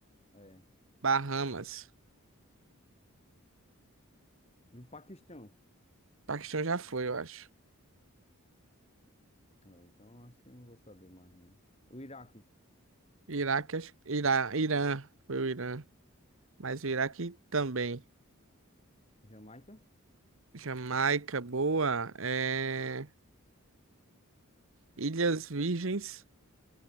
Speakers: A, on the left; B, on the right.
A: É.
B: Bahamas.
A: E o Paquistão.
B: Paquistão já foi, eu acho.
A: Ah, Então acho que eu não vou saber mais, não. O Iraque.
B: Iraque, acho- Irã, Irã. Foi o Irã. Mas o Iraque também.
A: Jamaica?
B: Jamaica, boa. É, Ilhas Virgens.